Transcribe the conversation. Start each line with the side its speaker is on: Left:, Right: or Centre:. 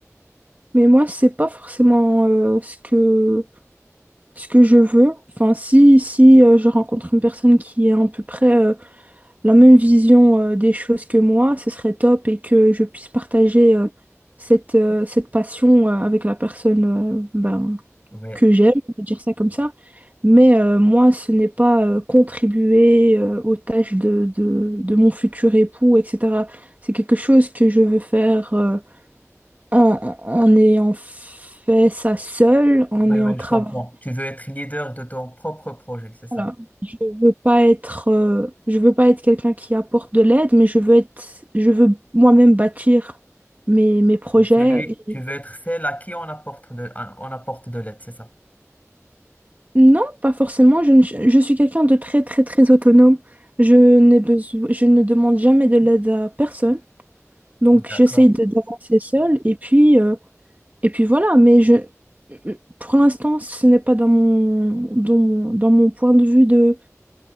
Right: Mais moi, c'est pas forcément euh, ce que, ce que je veux. Enfin, si, si euh, je rencontre une personne qui est à peu près euh, la même vision euh, des choses que moi, ce serait top et que je puisse partager euh, cette, euh, cette passion euh, avec la personne euh, ben,
Left: Oui,
Right: que j'aime, on va dire ça comme ça. Mais euh, moi, ce n'est pas euh, contribuer euh, aux tâches de, de, de mon futur époux, etc. C'est quelque chose que je veux faire euh, en, en en ayant fait ça seule, en
Left: oui,
Right: ayant
Left: oui,
Right: travaillé
Left: je comprends. Tu veux être leader de ton propre projet, c'est ça?
Right: Voilà. Je veux pas être, euh, je veux pas être quelqu'un qui apporte de l'aide, mais je veux être, je veux moi-même bâtir mes, mes projets.
Left: Celui, tu
Right: Et
Left: veux être celle à qui on apporte de, on apporte de l'aide, c'est ça?
Right: Non, pas forcément. Je, ne- je suis quelqu'un de très, très, très autonome. Je n'ai besoin, je ne demande jamais de l'aide à personne. Donc,
Left: D'accord.
Right: j'essaye de d'avancer seule. Et puis, euh, et puis voilà. Mais je, pour l'instant, ce n'est pas dans mon, dans mon, dans mon point de vue de